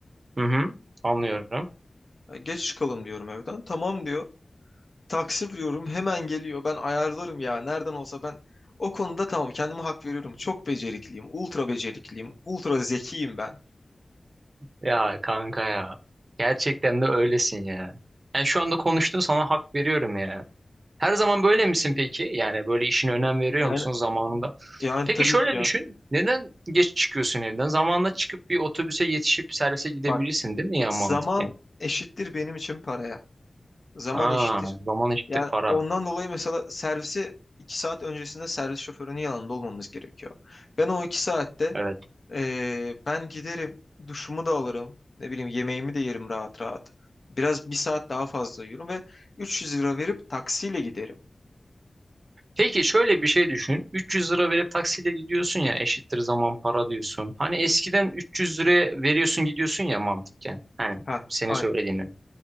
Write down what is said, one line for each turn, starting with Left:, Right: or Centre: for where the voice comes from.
Right: Hı hı. Anlıyorum.
Left: Ya Geç çıkalım diyorum evden. Tamam diyor. Taksi vuruyorum hemen geliyor. Ben ayarlarım ya nereden olsa ben o konuda tamam kendime hak veriyorum. Çok becerikliyim. Ultra becerikliyim. Ultra zekiyim ben.
Right: Ya kanka ya. Gerçekten de öylesin ya. Yani şu anda konuştuğun sana hak veriyorum ya. Her zaman böyle misin peki? Yani böyle işine önem veriyor
Left: yani
Right: musun zamanında?
Left: Yani
Right: Peki
Left: tabii
Right: şöyle
Left: ki ya.
Right: düşün. Neden geç çıkıyorsun evden? Zamanla çıkıp bir otobüse yetişip servise gidebilirsin
Left: bak
Right: değil mi ya
Left: Zaman
Right: mantıken?
Left: eşittir benim için paraya. Zaman
Right: Ha,
Left: eşittir
Right: zaman eşittir
Left: Yani
Right: para.
Left: ondan dolayı mesela servise iki saat öncesinde servis şoförünün yanında olmamız gerekiyor. Ben o iki saatte
Right: Evet.
Left: eee, ben giderim, duşumu da alırım, ne bileyim yemeğimi de yerim rahat rahat. Biraz bir saat daha fazla yiyorum ve 300 lira verip taksiyle giderim.
Right: Peki şöyle bir şey düşün. 300 lira verip taksiyle gidiyorsun ya eşittir zaman para diyorsun. Hani eskiden 300 lira veriyorsun gidiyorsun ya mantıken. Hani
Left: Ha,
Right: senin
Left: aynen.
Right: söylediğinden.